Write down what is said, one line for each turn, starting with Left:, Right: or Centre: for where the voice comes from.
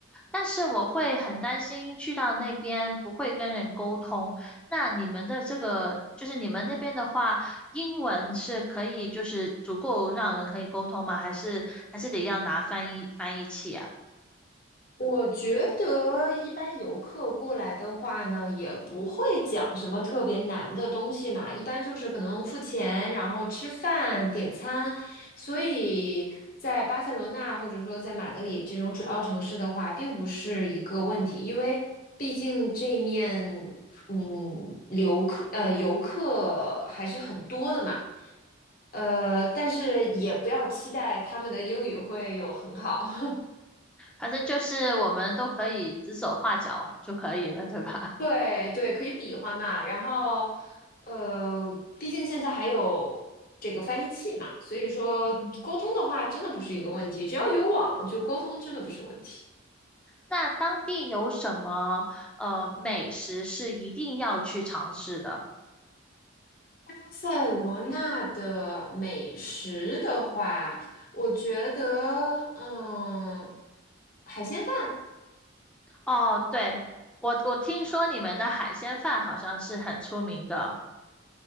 Centre: 但是我会很担心去到那边不会跟人沟通。那你们的这个，就是你们那边的话，英文是可以，就是足够让人可以沟通吗？还是还是得要拿翻译翻译器啊？
Left: 我觉得一般游客过来的话呢，也不会讲什么特别难的东西嘛，一般就是可能付钱，然后吃饭、点餐。所以在巴塞罗那或者说在马德里这种主要城市的话，并不是一个问题，因为毕竟这面嗯游客呃游客还是很多的嘛，呃，但是也不要期待他们的英语会有很好。<laughs>
Centre: 反正就是我们都可以指手画脚就可以了，对吧？
Left: 对对，可以比划嘛。然后，呃，毕竟现在还有这个翻译器嘛，所以说沟通的话，
Centre: <laughs> 嗯。
Left: 真的不是一个问题。只要有网，就沟通真的不是问题。
Centre: 那当地有什么呃美食是一定要去尝试的？
Left: 巴塞罗那的美食的话，我觉得，嗯，海鲜饭
Centre: 哦，对，我我听说你们的海鲜饭好像是很出名的。